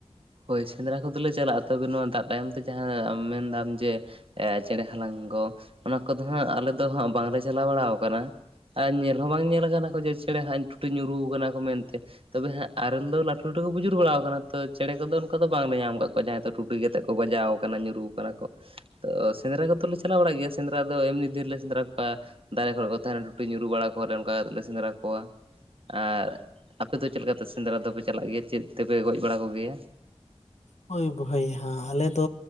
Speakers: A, on the right (about 55°); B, on the left (about 80°).
A: ᱦᱳᱭ ᱥᱮᱸᱫᱽᱨᱟ ᱠᱚᱫᱚᱞᱮ ᱪᱟᱞᱟᱜᱼᱟ ᱛᱚᱵᱮ ᱱᱚᱣᱟ ᱫᱟᱜ ᱛᱟᱭᱚᱢ ᱛᱮ ᱡᱟᱦᱟᱸ ᱢᱮᱱᱫᱟᱢ ᱡᱮ ᱮ ᱪᱮᱬᱮ ᱦᱟᱞᱟᱝ ᱠᱚ ᱚᱱᱟ ᱠᱚᱫᱚ ᱦᱟᱸᱜ ᱟᱞᱮ ᱫᱚ ᱦᱟᱜ ᱵᱟᱝᱞᱮ ᱪᱟᱞᱟᱣ ᱵᱟᱲᱟ ᱠᱟᱱᱟ᱾ ᱟᱨ ᱧᱮᱞ ᱦᱚᱸ ᱵᱟᱝ ᱧᱮᱞ ᱠᱟᱱᱟ ᱡᱮ ᱪᱮᱬᱮ ᱦᱟᱸᱜ ᱤᱧ ᱴᱩᱴᱤ ᱧᱩᱨᱩ ᱠᱟᱱᱟ ᱠᱚ ᱢᱮᱱᱛᱮ᱾ ᱛᱚᱵᱮ ᱦᱟᱸᱜ ᱟᱨᱮᱞ ᱫᱚ ᱞᱟᱹᱴᱩ ᱞᱟᱹᱴᱩ ᱠᱚ ᱵᱩᱡᱩᱨ ᱵᱟᱲᱟᱣ ᱠᱟᱱᱟ ᱛᱚ ᱪᱮᱬᱮ ᱠᱚᱫᱚ ᱚᱱᱠᱟ ᱫᱚ ᱵᱟᱝᱞᱮ ᱧᱟᱢ ᱠᱟᱫ ᱠᱚᱣᱟ ᱡᱟᱦᱟᱸᱭ ᱫᱚ ᱴᱩᱴᱤ ᱠᱟᱛᱮᱫ ᱠᱚ ᱵᱟᱡᱟᱣ ᱠᱟᱱᱟ ᱧᱩᱨᱩ ᱠᱟᱱᱟ ᱠᱚ᱾ ᱛᱚ ᱥᱮᱸᱫᱽᱨᱟ ᱠᱚᱫᱚ ᱞᱮ ᱪᱟᱞᱟᱣ ᱵᱟᱲᱟᱜ ᱜᱮᱭᱟ, ᱥᱮᱸᱫᱽᱨᱟ ᱫᱚ ᱮᱢᱱᱤ ᱫᱤᱱᱞᱮ ᱥᱮᱸᱫᱽᱨᱟ ᱠᱚᱣᱟ᱾ ᱫᱟᱨᱮ ᱠᱚᱨᱮ ᱠᱚ ᱛᱟᱦᱮᱸᱱᱟ ᱴᱩᱴᱤᱩ ᱧᱩᱨᱩ ᱵᱟᱲᱟ ᱠᱚᱣᱟᱞᱮ ᱚᱱᱠᱟ ᱠᱟᱛᱮᱫ ᱞᱮ ᱥᱮᱸᱫᱽᱨᱟ ᱠᱚᱣᱟ᱾ ᱟᱨ ᱟᱯᱮᱫᱚ ᱪᱮᱫ ᱞᱮᱠᱟᱛᱮ ᱥᱮᱸᱫᱽᱨᱟ ᱫᱚᱯᱮ ᱪᱟᱞᱟᱜ ᱜᱮᱭᱟ? ᱪᱮᱫ ᱛᱮᱯᱮ ᱜᱚᱡ ᱵᱟᱲᱟ ᱠᱚᱜᱮᱭᱟ? <unintelligible>
B: ᱦᱳᱭ ᱵᱳᱭᱦᱟ ᱟᱞᱮ ᱫᱚ